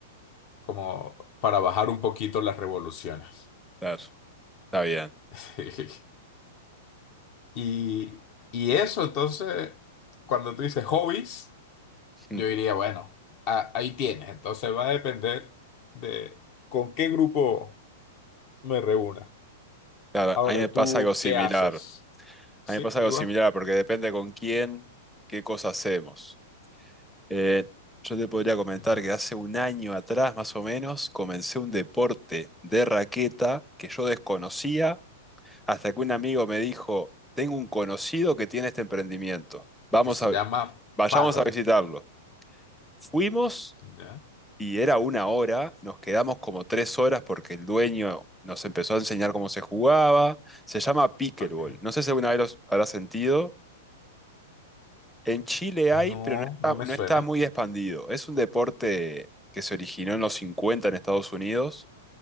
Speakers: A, on the left (about 45°); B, in the centre.
A: como para bajar un poquito las revoluciones.
B: Claro, está bien.
A: <laughs> Y, y eso, entonces, cuando tú dices hobbies, yo
B: Mm,
A: diría, bueno, a- ahí tienes. Entonces va a depender de con qué grupo me reúna.
B: Claro,
A: Ahora,
B: a mí me pasa
A: ¿tú
B: algo similar.
A: qué haces? Sí,
B: A mí me pasa
A: igual.
B: algo similar porque depende con quién, qué cosa hacemos. Eh, yo te podría comentar
A: Claro.
B: que hace un año atrás, más o menos, comencé un deporte de raqueta que yo desconocía hasta que un amigo me dijo, tengo un conocido que tiene este emprendimiento. Vamos
A: Que se
B: a,
A: llama
B: vayamos
A: Paddle.
B: a visitarlo. Fuimos.
A: ¿Ya?
B: y era una hora, nos quedamos como tres horas porque el dueño nos empezó a enseñar cómo se jugaba. Se llama pickleball.
A: Ok.
B: No sé si alguna vez los habrá sentido. En Chile hay,
A: No,
B: pero no está,
A: no me
B: no
A: suena.
B: está muy expandido. Es un deporte que se originó en los 50 en Estados Unidos,